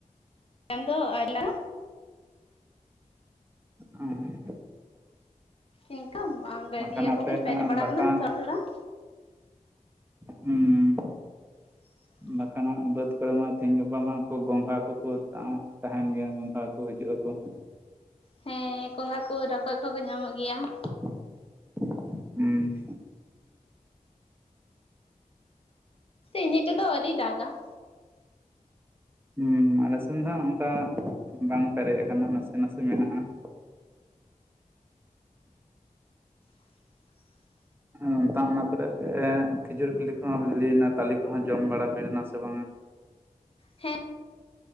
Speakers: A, on the left; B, on the right.
A: ᱪᱟᱸᱫᱚ ᱟᱭᱞᱟᱼᱼ
B: ᱚᱸ
A: ᱤᱱᱠᱟᱹᱵᱟᱝ ᱜᱮ ᱜᱟᱹᱰᱟᱹᱭᱟᱹ
B: ᱵᱟᱠᱷᱟᱱ ᱟᱯᱮ
A: ᱠᱚᱜᱮ ᱯᱮᱨᱮ ᱵᱟᱲᱟ
B: ᱵᱟᱠᱟ
A: ᱠᱟᱱᱟ ᱛᱷᱚᱲᱟ ᱛᱷᱚᱲᱟ ᱾
B: ᱦᱩᱸ
A: <inaudible>
B: ᱵᱟᱠᱷᱟᱱ ᱦᱟᱸᱜ ᱵᱟᱹᱫᱽ ᱠᱚᱨᱮ ᱢᱟ ᱛᱮᱦᱤᱧ ᱜᱟᱯᱟ ᱢᱟ ᱩᱱᱠᱩ ᱜᱚᱝᱜᱷᱟ ᱠᱚᱠᱚ ᱛᱟᱦᱮᱱ ᱜᱮᱭᱟ ᱜᱚᱝᱜᱷᱟ ᱠᱚ ᱦᱤᱡᱩᱜ ᱟᱠᱚ ᱾
A: ᱦᱮᱸ ᱜᱚᱸᱜᱷᱟ ᱠᱚ ᱨᱚᱠᱚᱡ ᱠᱚᱠᱚ ᱧᱟᱢᱚᱜ ᱜᱮᱭᱟ ᱾
B: ᱦᱩᱸ
A: ᱤᱱᱟᱹᱜ ᱛᱮᱫᱚ ᱟᱹᱣᱨᱤ ᱫᱟᱜᱟ ᱾
B: ᱦᱩᱸ ᱦᱩᱸ ᱟᱞᱮᱥᱱ ᱫᱚ ᱦᱟᱸᱜ ᱚᱱᱠᱟ ᱵᱟᱝ ᱯᱮᱨᱮᱡ ᱟᱠᱟᱱᱟ ᱱᱟᱥᱮ ᱱᱟᱥᱮ ᱢᱮᱱᱟᱜᱼᱟ ᱾
A: <inaudible>
B: ᱚᱱᱮ ᱚᱝᱠᱟ ᱚᱱᱟ ᱠᱚᱨᱮ ᱠᱷᱤᱡᱩᱨ ᱵᱤᱞᱤ ᱠᱚᱦᱚᱸ ᱵᱤᱞᱤᱭᱮᱱᱟ, ᱛᱟᱞᱤ ᱠᱚᱦᱚᱸ ᱡᱚᱢ ᱵᱟᱲᱟ ᱦᱩᱭ ᱞᱮᱱᱟ ᱥᱮ ᱵᱟᱝᱟ?
A: ᱦᱮᱸ